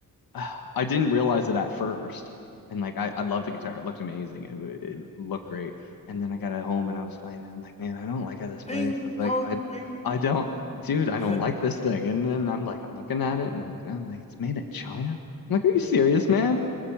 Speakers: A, on the left; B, on the left.
A: <sighs> I didn't realize it at first. And like I, I love the guitar. It looked amazing. It, w- it looked
B: yeah.
A: great. And then I got at home and I was playing it. I'm like, man, I don't like how this plays.
B: Ping
A: I was like,
B: pong,
A: I
B: ping.
A: I don't,
B: <laughs>
A: dude, I don't like this thing. And then I'm like, I'm looking at it and I'm looking, I'm like, it's made in China. I'm like, are you serious, man?